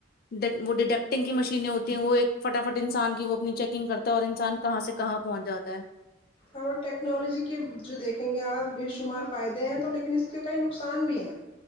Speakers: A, on the left; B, on the left.
A: ڈ وہ ڈیڈکٹنگ کی مشینیں ہوتی ہیں وہ ایک فٹافٹ انسان کی وہ اپنی چیکنگ کرتا ہے اور انسان کہاں سے کہاں پہنچ جاتا ہے
B: اور ٹیکنالوجی کے جو دیکھیں گے آپ بے شمار فائدے ہیں تو لیکن اس کے کئی نقصان بھی ہیں